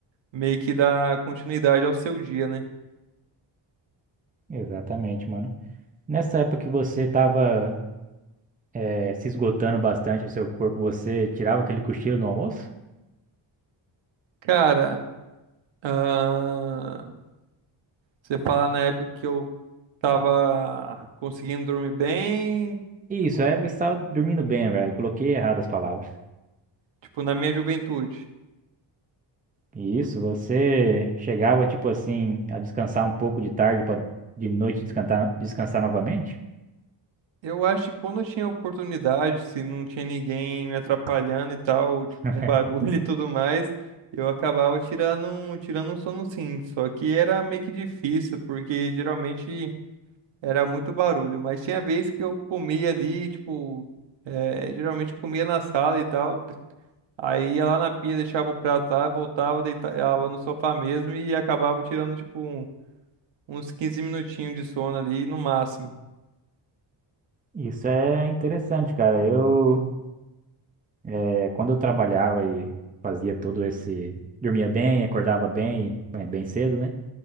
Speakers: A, on the right (about 70°); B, on the right (about 15°).
A: meio que dar continuidade ao seu dia, né?
B: Exatamente, mano. Nessa época que você tava eh, se esgotando bastante o seu corpo, você tirava aquele cochilo no almoço?
A: Cara, ah, você fala na época que eu tava conseguindo dormir bem,
B: Isso,
A: co-
B: é época que você tava dormindo bem, velho. Coloquei errado as palavras.
A: tipo, na minha juventude.
B: E Isso, você chegava, tipo assim, a descansar um pouco de tarde para de noite descansar, descansar novamente?
A: Eu acho que quando eu tinha oportunidade, se não tinha ninguém me atrapalhando e tal, tipo,
B: <laughs>
A: com barulho <laughs> e tudo mais, eu acabava tirando, um- tirando um sono sim. Só que era meio que difícil, porque geralmente era muito barulho. Mas tinha vez que eu comia ali, tipo, eh, geralmente eu comia na sala e tal. de- Aí ia lá na pia, deixava o prato lá, voltava, deitava no sofá mesmo e acabava tirando, tipo, um- uns 15 minutinhos de sono ali no máximo.
B: Isso é interessante, cara. Eu É, quando eu trabalhava e fazia todo esse. Dormia bem, acordava bem, bem bem cedo, né?